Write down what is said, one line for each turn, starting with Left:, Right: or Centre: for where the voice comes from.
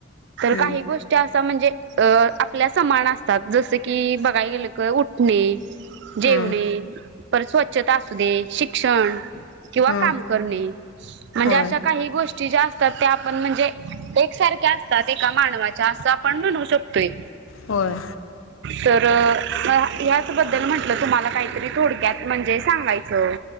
Right: तर
Left: हं
Right: काही गोष्टी असं म्हणजे अं आपल्या समाना- जस की बघाय गेलं की उठणे जेवणे,
Left: हं
Right: पर स्वच्छता असू दे, शिक्षण. किंवा
Left: हं
Right: काम करणे, म्हणजे
Left: होय
Right: अशा काही गोष्टी ज्या- तर त्या आपण म्हणजे, एकसारख्या असतात एका मानवाच्या असं आपण म्हणू शकतोय.
Left: होय-
Right: तर- आं ह्याचबद्दल म्हंटलं तुम्हाला काहीतरी थोडक्यात म्हणजे सांगायचं.